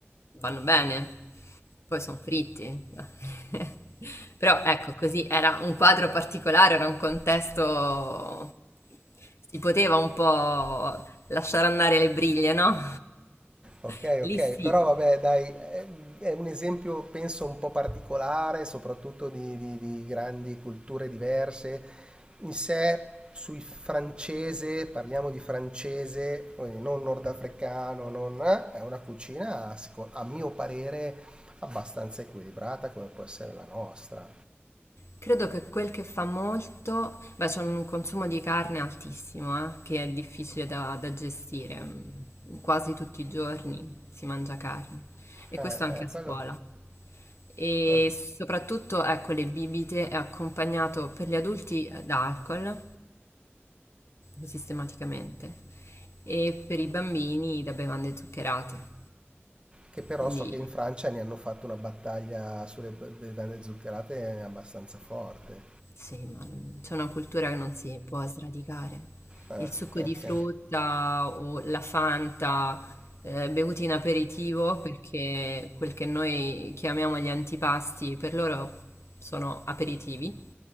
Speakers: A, on the left; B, on the right.
A: vanno bene, poi sono fritti. <laughs> Però ecco, così era un quadro particolare, era un contesto, si poteva un po' lasciare andare le briglie, no?
B: Ok,
A: <laughs> Lì
B: ok,
A: sì.
B: però vabbè, dai, è, è un esempio penso un po' particolare, soprattutto di, di- di grandi culture diverse. In sé, sui francese, parliamo di francese, quindi non nordafricano, non, eh, è una cucina, seco- a mio parere, abbastanza equilibrata come può essere la nostra.
A: Credo che quel che fa molto, beh, c'è un consumo di carne altissimo, eh, che è difficile da, da gestire. Mm, Quasi tutti i giorni si mangia carne e
B: Eh,
A: questo
B: eh,
A: anche a scuola.
B: quello,
A: E
B: eh.
A: soprattutto, ecco, le bibite è accompagnato per gli adulti eh, da alcol, sistematicamente, e per i bambini da bevande zuccherate.
B: Che però
A: Quindi
B: so che in Francia ne hanno fatto una battaglia sulle be- bevande zuccherate abbastanza forte.
A: Sì, ma non- c'è una cultura che non si può sradicare.
B: Ah,
A: Il succo
B: ok.
A: di frutta o la Fanta eh, bevuti in aperitivo, perché quel che noi chiamiamo gli antipasti, per loro sono aperitivi.